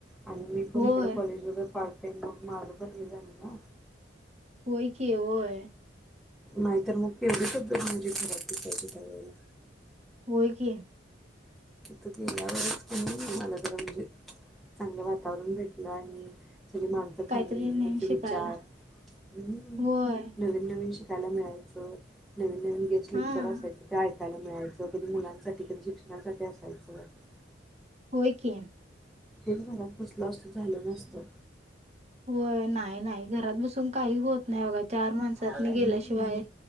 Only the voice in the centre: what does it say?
आणि मी पण
इकड कॉलेजवरच हाय. त्यामुळ माझं पण हे झालं ना.
नाहीतर मग केवढी तब्येत माझी घरात दिसायची त्यावेेळेला
तिथं गेल्यावरच तर मला जरा म्हणजे चांगलं वातावरण भेटलं आणि सगळी माणसं
चांगलीचं
त्यांचे
विचार हूं
नवीन नवीन शिक खायला मिळायचं, नवीन नवीन गेस टीचर
असायचा काय <unintelligible> मिळायचं कधी मुलांसाठी, कधी शिक्षणासाठी.. असायच <unintelligible>
तेच घरात बसलो असलो झालं नसतं.
हम्म.